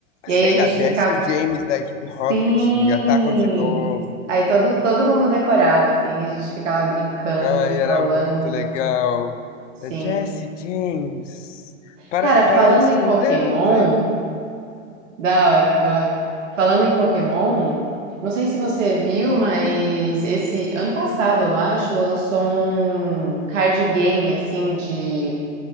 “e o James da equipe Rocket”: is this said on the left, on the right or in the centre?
Left